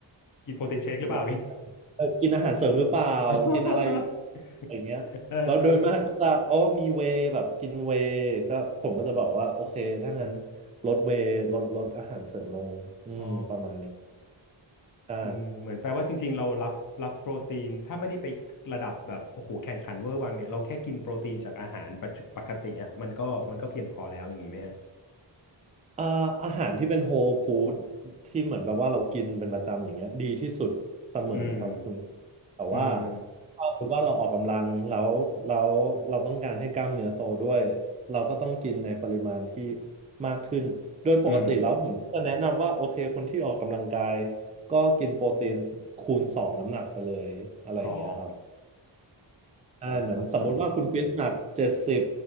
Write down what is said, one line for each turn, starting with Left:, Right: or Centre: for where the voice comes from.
Left: กินโปรตีนเชคหรือเปล่าอีก
Right: เราเออกินอาหารเสริมหรือเปล่ากินอะไรอยู่
Left: <laughs>
Right: อะไรเงี้ยแล้วโดยมากก็จะอ๋อมีเวย์แบบกินเวย์ก็ผมก็จะบอกว่าโอเคถ้างั้น
Left: เออเออ
Right: ลดเวย์ลดลดอาหารเสริมลงอืมประมาณเนี้ย
Left: อ๋อ
Right: ใช่
Left: อืมเหมือนแปลว่าจริงๆ เรารับรับโปรตีนถ้าไม่ได้ไประดับแบบโอ้โหแข่งขันเวอร์วังเนี่ยเราแค่กินโปรตีนจากอาหารปัจจุปกติอ่ะมันก็มันก็เพียงพอแล้วอย่างนี้ไหมฮะ
Right: อ่าอาหารที่เป็นโฮลฟู้ดที่เหมือนแบบว่าเรากินเป็นประจำอย่างเงี้ยดีที่สุดเสมอครับคุณ
Left: อืม
Right: แต่ว่า
Left: อืม
Right: ถ้าสมมติว่าเราออกกำลังแล้วแล้วเราต้องการให้กล้ามเนื้อโตด้วยเราก็ต้องกินในปริมาณที่มากขึ้นโดยปกติแล้วผมก็จะแนะนำว่าโอเคคนที่ออกกำลังกาย
Left: อืม
Right: ก็กินโปรตีนคูณสองน้ำหนักไปเลยอะไรอย่างเงี้ยครับ
Left: อ๋อ
Right: ใช่เหมือนสมมุติว่าคุณคริสหนักเจ็ดสิบ
Left: พอจะเข้าใจ